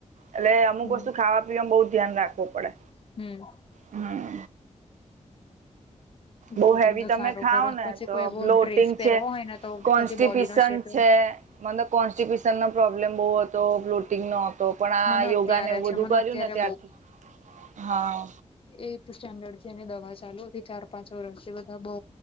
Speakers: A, on the right (about 80°); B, on the left (about 45°).
A: એટલે અમુક
B: હમ
A: વસ્તુ ખાવા પીવાવામાં બહ ધ્યાન રાખવું પડે
B: હમ
A: હમ.
B: બ્લોટિંગ
A: બઉ હેવી
B: તો
A: તમે
B: સારું
A: ખાાવ
B: કરે
A: ને
B: પછી
A: તો
B: કોઈ એવો
A: બ્લોટિંગ
B: ડ્રેસ પહેરવો
A: છે
B: હોય ને તો
A: કોન્સ્ટિપિસન
B: પછી બોડીનો શેપ
A: છે. મલબ કોન્સ્ટીબ્યશન નનો પ્રોબ્લેમ બહુ હતો ફ્લોટિંગ નો. તો પણ આ
B: મને
A: યોગા
B: અત્યારે
A: ને એવું
B: છે
A: બધું
B: મને
A: કર્યું
B: અત્યારે
A: ને ત્યારથી હા.
B: એ સ્ટેન્ડર્ડ થી એ દવા ચાલુ હતી ચાર પાંચ વર્ષથી બધા બઉ